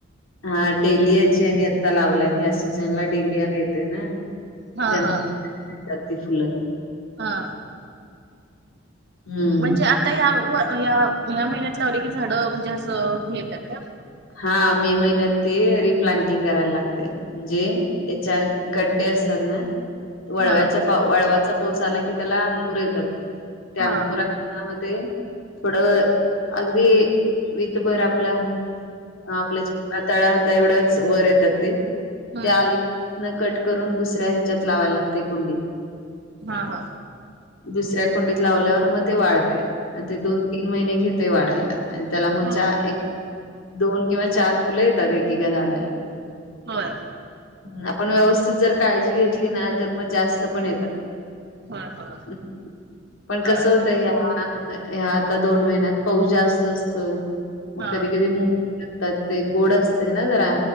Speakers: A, on the left; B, on the right.
A: हा, डेलियाची आणि आता लावल्यात. ह्या सीजनला डेलियाल येतय ना.
B: हा
A: गण
B: हा
A: <unintelligible> तात ती फुलं.
B: हा.
A: हम्म
B: म्हणजे आता हया व या् - या महिन्यात लावली की, झाडं म्हणजे असं, हे येत्यात का?
A: हा, मे महिन्यात ते रिप्लांटिंग करायला लागते. जे याच्या, गड्डया असतात ना? वळव्याच्या
B: हा
A: पा, वळवाचा पाऊस आला की, त्याला अंकुर येतात. त्या
B: हा
A: अंकुरा आ म ते थोडं, अगदी वीतभर आपला हा, आपल्या छोट्या तळहाता एवढ्च वर येतात ते. ते
B: हम्म
A: आले की न कट करून, दुसऱ्या ह्याच्यात लावायला लागतय, कुंडीत.
B: हा, हा.
A: दुसऱ्या कुंडीत लावल्यावर मग ते वाढतय. ते दोन- तीन महिने घेतय वाढायला. आणि त्याला मग
B: हा.
A: च्या एक, दोन किंवा चार फुलं येतात. एकीका झाडाला.
B: होय.
A: ह. आपण व्यवस्थित जर काळजी घेतली ना, तर मग जास् त पण येतात.
B: होय होय.
A: <unintelligible> पण
B: बर
A: कस होतय
B: बर
A: ह्या आता दोन महिन्यात, पाऊस जास्त असतोय. मग
B: हा
A: कधी- कधी मु <unintelligible> तात. ते गोड असतंय ना, जरा.